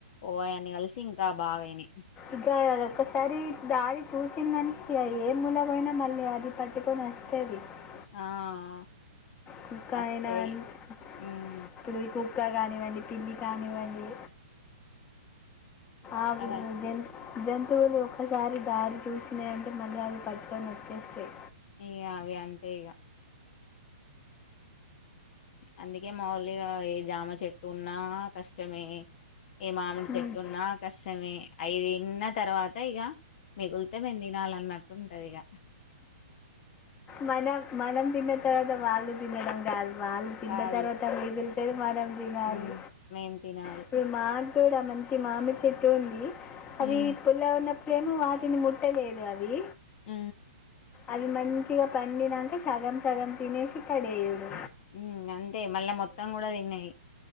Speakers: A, on the left (about 45°); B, on the left (about 20°).
A: ఓయని కలిసి ఇంకా బాగా అయినయి
B: ఇక అ ఒక్కసారి దారి చూసింది అనుకో ఏ మూలమైనా మళ్ళీ అది పట్టుకొని <unintelligible>
A: ఆ
B: కుక్క
A: వస్తాయి
B: అయేన <unintelligible>
A: హ్మ్
B: కుక్క కానివ్వండి పిల్లి కానివ్వండి ఆవులు
A: అలా
B: జంతు జంతువులు ఒక్కసారి దారి చూసినాయి అంటే మళ్ళీ అవి పట్టుకొని వచ్చేస్తాయి
A: ఇగ అవే అంతే ఇగ అందుకే మాములుగా ఏ జామ చెట్టు ఉన్నా కష్టమే ఏ మామిడి చెట్టున్నా
B: ఉమ్,
A: కష్టమే అవి తిన్న తర్వాత ఇక మిగులితే మేము తినాలి అన్నట్టుంటది ఇక
B: మనం మనం తిన్న తర్వాత వాళ్ళు తినడం కాదు వాళ్ళు తిన్న
A: కాళ్ళు
B: తర్వాత మిగులుతే తె మనం తినాలి
A: మ్మ్ మేం తినాలి
B: ఇప్పుడు మా కూడా మంచి మామిడి చెట్టు ఉంది అవి
A: మ్మ్
B: పుల్లగా ఉన్నప్పుడేమో వాటిని ముట్టలేదు అవి
A: ఊ
B: అది మంచిగా పండినక సగం సగం తినేసి పడేయుడు
A: ఉ అంతే మళ్ళా మొత్తం కూడా తిన్నాయి